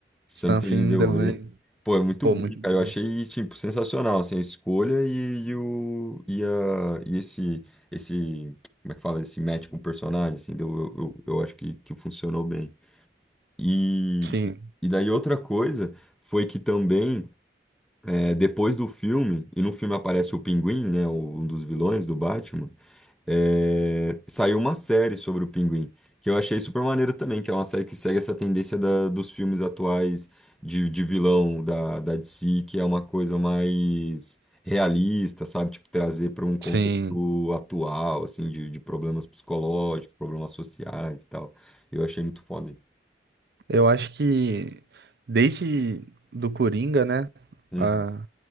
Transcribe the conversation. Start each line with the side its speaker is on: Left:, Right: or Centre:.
Centre: Something
Right: something in
Centre: in the Way.
Right: the way.
Centre: Pô, é muito
Right: Pô,
Centre: bom,
Right: muito boa.
Centre: cara. Eu achei, tipo, sensacional, assim, a escolha e, e o, e, a, e esse, esse, como é que fala? Esse match com o personagem, assim, deu, eu, eu, eu acho que, que funcionou bem. E,
Right: Sim,
Centre: e daí outra coisa foi que também... É, depois do filme, e no filme aparece o Pinguim, né, o- um dos vilões do Batman, é, saiu uma série sobre o Pinguim, que eu achei super maneiro também, que é uma série que segue essa tendência da- dos filmes atuais de, de vilão da, da DC, que é uma coisa mais realista, sabe? Tipo, trazer para um contexto
Right: sim.
Centre: atual, assim, de, de problemas psicológicos, problemas sociais e tal. Eu achei muito foda.
Right: Eu acho que desde do Coringa, né?
Centre: Uhum,
Right: A,